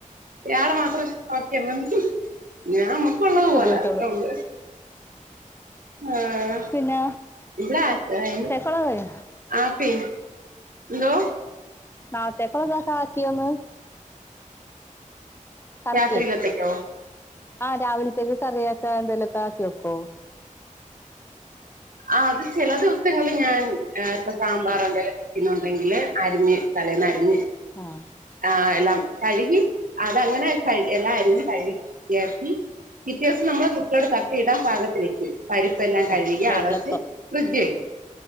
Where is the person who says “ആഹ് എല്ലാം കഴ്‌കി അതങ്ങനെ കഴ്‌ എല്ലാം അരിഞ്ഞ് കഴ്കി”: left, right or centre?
Right